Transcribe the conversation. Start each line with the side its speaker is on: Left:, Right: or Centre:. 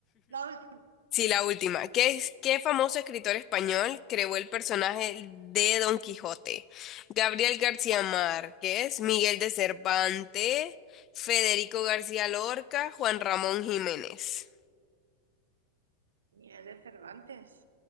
Right: La última.
Left: Sí, la última. ¿Qué, es- qué famoso escritor español creó el personaje de Don Quijote? Gabriel García Márquez, Miguel de Cervantes, Federico García Lorca, Juan Ramón Jiménez.
Right: Miguel de Cervantes.